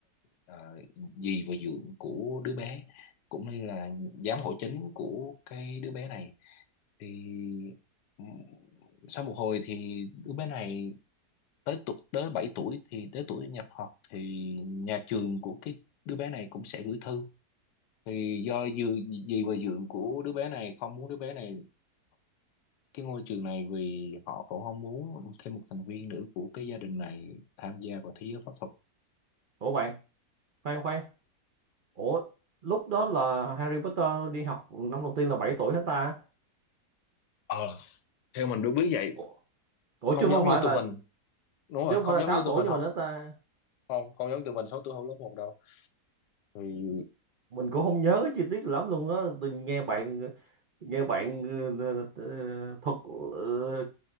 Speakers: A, on the left (about 80°); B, on the right (about 70°).
A: ờ, dì và dượng của đứa bé cũng như là giám hộ chính của cái đứa bé này thì ừm, sau một hồi thì đứa bé này tới tuổi tới 7 tuổi thì tới tuổi nhập học thì nhà trường của cái đứa bé này cũng sẽ gửi thư thì do dì, dì và dượng của đứa bé này không muốn đứa bé này cái ngôi trường này vì họ cũng không muốn thêm một thành viên nữa của cái gia đình này tham gia vào thế giới pháp thuật
B: ủa bạn khoan khoan ủa lúc đó là Harry Potter đi học năm đầu tiên là 7 tuổi hết ta
A: ờ theo mình vậy
B: ủa, ủa
A: không
B: chứ không
A: giống
B: phải
A: như tụi
B: là
A: mình đúng rồi
B: chứ không
A: không
B: phải là
A: giống
B: sáu
A: như tụi
B: tuổi
A: mình
B: nhưng
A: học
B: mà nữa ta
A: không không giống tụi mình sáu tuổi học lớp một đâu thì
B: mình cũng không nhớ cái chi tiết lắm luôn á tôi nghe bạn nghe bạn ờ, ờ, ờ, thuật ờ,